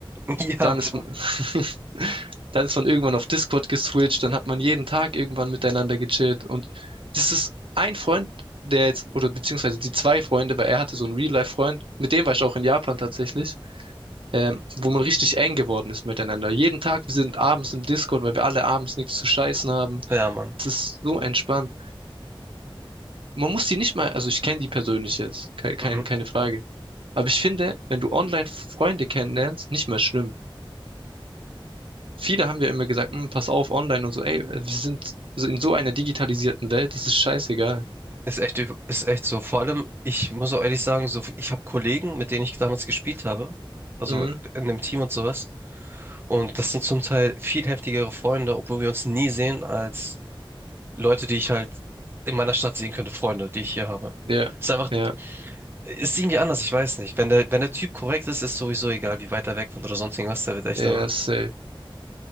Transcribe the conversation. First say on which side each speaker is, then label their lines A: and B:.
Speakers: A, on the right; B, on the right.
A: <laughs>
B: Dann
A: Ja, Bro.
B: ist, man- <laughs> dann ist man irgendwann auf Discord geswitcht. Dann hat man jeden Tag irgendwann miteinander gechillt. Und das ist ein Freund, der jetzt, oder beziehungsweise die zwei Freunde, weil er hatte so einen Real-Life-Freund. Mit dem war ich auch in Japan tatsächlich. ähm, wo man richtig eng geworden ist miteinander. Jeden Tag, wir sind abends im Discord, weil wir alle abends nichts zu scheißen haben.
A: Ja, Mann.
B: Es ist so entspannt. Man muss die nicht mal, also ich kenne die persönlich jetzt, ke- kein,
A: Mhm.
B: keine Frage. Aber ich finde, wenn du online Freunde kennenlernst, nicht mehr schlimm. Viele haben ja immer gesagt, "Hm, pass auf, online und so, ey, wir sind so in so einer digitalisierten Welt, das ist scheißegal.
A: Ist echt, üb- ist echt so. Vor allem, ich muss auch ehrlich sagen, so, ich habe Kollegen, mit denen ich damals gespielt habe, also
B: Mhm.
A: in einem Team und sowas. Und das sind zum Teil viel heftigere Freunde, obwohl wir uns nie sehen, als Leute, die ich halt in meiner Stadt sehen könnte, Freunde, die ich hier habe.
B: Ja,
A: Ist einfach,
B: ja,
A: ist irgendwie anders, ich weiß nicht. Wenn der, wenn der Typ korrekt ist, ist sowieso egal, wie weit er weg wohnt oder sonst irgendwas, der wird echt
B: ja,
A: immer.
B: safe.